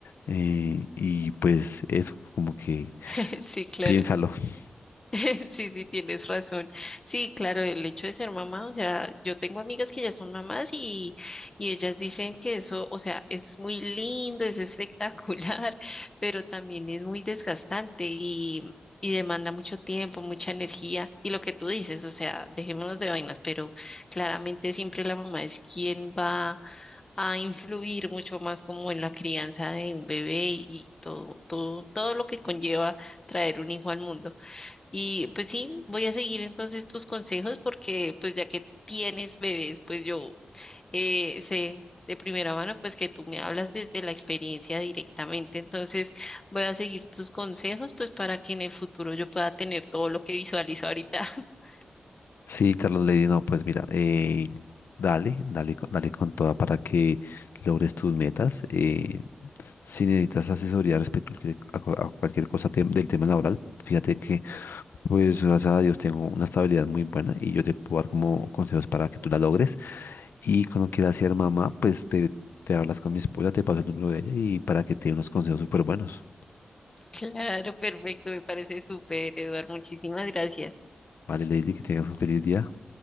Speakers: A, on the left; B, on the left.
A: Eh, y pues eso, como que
B: <laughs> Sí, claro.
A: piénsalo. <laughs>
B: <laughs> Sí, sí, tienes razón. Sí, claro, el hecho de ser mamá, o sea, yo tengo amigas que ya son mamás y, y ellas dicen que eso, o sea, es muy lindo, es espectacular, <laughs> pero también es muy desgastante y, y demanda mucho tiempo, mucha energía. Y lo que tú dices, o sea, dejémonos de vainas, pero claramente siempre la mamá es quien va a influir mucho más como en la crianza de un bebé y todo, todo, todo lo que conlleva traer un hijo al mundo. Y pues sí, voy a seguir entonces tus consejos porque pues ya que tienes bebés, pues yo eh, sé de primera mano pues que tú me hablas desde la experiencia directamente. Entonces voy a seguir tus consejos pues para que en el futuro yo pueda tener todo lo que visualizo ahorita. <laughs>
A: Sí, Carlos Lady, no, pues mira, eh, dale, dale, con- dale con toda para que logres tus metas. Eh, si necesitas asesoría respecto a cualquier a cu- a cualquier cosa tem- del tema laboral, fíjate que... Pues gracias a Dios tengo una estabilidad muy buena y yo te puedo dar como consejos para que tú la logres. Y cuando quieras ser mamá, pues te, te hablas con mi esposa, te paso el número de ella y para que te dé unos consejos súper buenos.
B: Claro, perfecto, me parece súper, Eduard. Muchísimas gracias.
A: Vale, Lady, que tengas un feliz día.